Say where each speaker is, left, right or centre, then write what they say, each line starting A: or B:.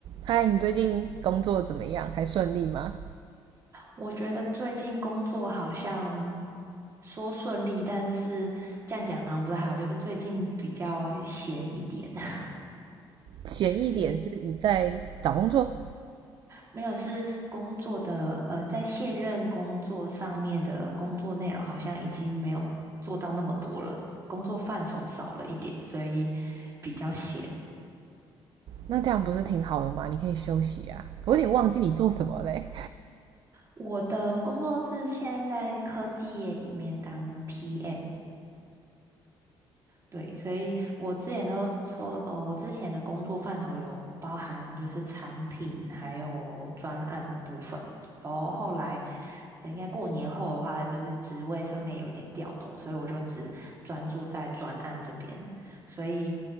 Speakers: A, on the right; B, on the right.
A: 嗨，你最近工作怎么样？还顺利吗？
B: 我觉得最近工作好像说顺利，但是这样讲好像不太好。就是最近比较闲一点，<laughs>
A: 闲一点是你在找工作，
B: 就是没有是工作的呃，在现任工作上面的工作内容好像已经没有做到那么多了，工作范畴少了一点，所以比较闲。
A: 那这样不是挺好的吗？你可以休息啊。我有点忘记你做什么嘞。
B: 我的工作是现在在科技业里面当 PM，对，所以我之前都说，呃，我之前的工作范畴有包含就是产品还有专案的部分，然后后来呃应该过年后的话，就是职位上面有一点调动，所以我就只专注在专案这边，所以